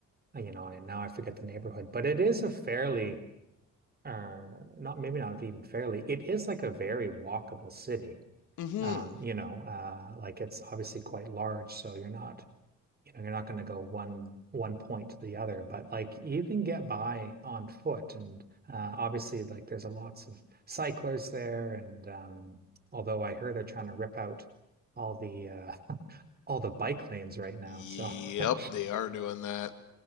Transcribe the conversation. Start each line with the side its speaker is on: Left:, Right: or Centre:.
Right: uh, you know, and now I forget the neighborhood, but it is a fairly, uh, not maybe not even fairly, it is like a very walkable city.
Left: mm hmm
Right: Um, you know, uh, like it's obviously quite large, so you're not, you know, you're not going to go one one point to the other, but like you can get by on foot, and uh, obviously, like there's a lots of cyclists there, and um, although I heard they're trying to rip out all the uh, <laughs> all the bike lanes right now,
Left: Yep,
Right: so. <laughs>
Left: they are doing that.